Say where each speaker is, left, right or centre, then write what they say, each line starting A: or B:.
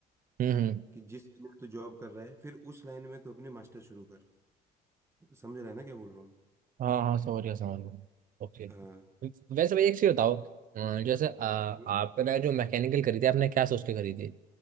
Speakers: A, on the right; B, on the right.
A: हम्म हम्म
B: कि जिस लाइन में तू जॉब कर रहा है फिर उस लाइन में तू अपने मास्टर शुरू कर समझ रहा है ना क्या बोल रहा हूँ
A: हाँ हाँ समझ गया समझ गया ओके
B: हाँ
A: वैसे भाई एक चीज बताओ अ, जैसे अ,
B: हम्म।
A: आपने जो मैकेनिकल करी थी आपने क्या सोच के करी थी